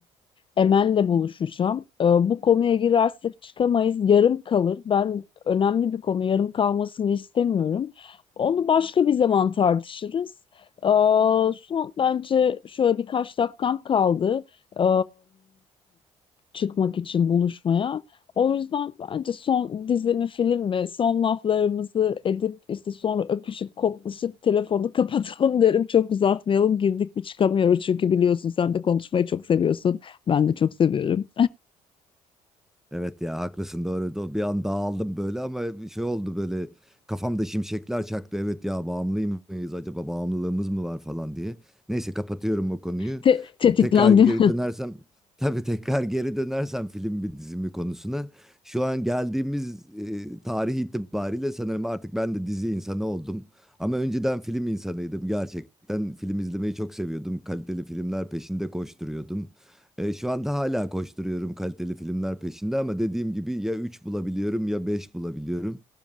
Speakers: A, on the left (about 40°); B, in the centre.
A: Emel'le buluşacağım. E, bu konuya girersek çıkamayız. Yarım kalır. Ben önemli bir konu. Yarım kalmasını istemiyorum. Onu başka bir zaman tartışırız. E, son bence şöyle birkaç dakikam kaldı. E, çıkmak için buluşmaya. O yüzden bence son dizi mi film mi son laflarımızı edip işte sonra öpüşüp koklaşıp telefonu <laughs> kapatalım derim. Çok uzatmayalım girdik mi çıkamıyoruz çünkü biliyorsun sen de konuşmayı çok seviyorsun. Ben de çok seviyorum.
B: Evet ya haklısın doğru. Do- Bir an dağıldım böyle ama bir şey oldu böyle kafamda şimşekler çaktı. Evet ya bağımlı mıyız acaba bağımlılığımız mı var falan diye. Neyse kapatıyorum o konuyu.
A: Te- tetiklendim.
B: Tekrar geri dönersem tabii tekrar geri dönersem film bir dizimi konusuna. Şu an geldiğimiz e, tarih itibariyle sanırım artık ben de dizi insanı oldum. Ama önceden film insanıydım gerçekten. Film izlemeyi çok seviyordum. Kaliteli filmler peşinde koşturuyordum. E, şu anda hala koşturuyorum kaliteli filmler peşinde ama dediğim gibi ya 3 bulabiliyorum ya 5 bulabiliyorum.